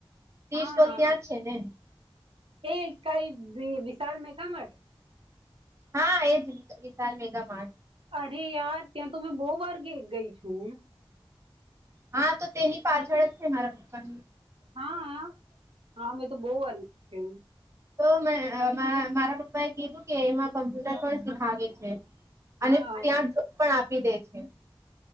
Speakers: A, on the right; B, on the right.
A: તે
B: હા
A: સ્ટોલ ત્યાં છે ને
B: એ કઈ વિશાલ મેઘામઠ
A: હા એ જ વિશાલ મેગા મા
B: અરે યાર ત્યાં તો મેં બહુ વાર ક ગઈ છું
A: હા તો તેની પાછળ જ છે મારા પપ્પા
B: હા હ હા મેં તો બહ વાર છે
A: તો મે મારા પપ્પા એ કીધું કે એમાં કમ્પ્યુટર પણ શીખાવે છે
B: હા
A: અને ત્યાં પણ આપી દે છે